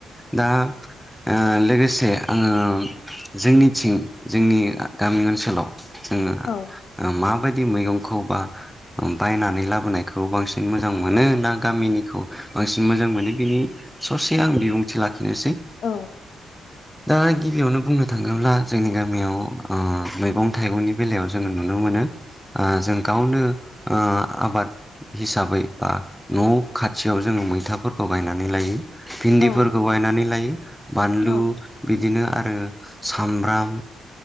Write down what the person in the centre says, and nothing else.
दा आ लोगोसे आङो जोंनिथिं जोंनि गामि ओनसोलाव जोङा
आ माबायदि मैगंखौ बा बायनानै लाबोनायखौ बांसिन मोजां मोनो ना गामिनिखौ? बांसिन मोजां मोनो बिनि ससे आं बिबुंथि लाखिनोसै।
दा गिबियावनो बुंनो थाङोब्ला जोंनि गामियाव ओ मैगं थाइगंनि बेलायाव जोङो नुनो मोनो ओ जों गावनो ओ आबाद हिसाबै बा न' खाथियाव जोङो मैथाफोरखौ गायनानै लायो। भिन्दिफोरखौ
बायनानै लायो बानलु
बिदिनो आरो सामब्राम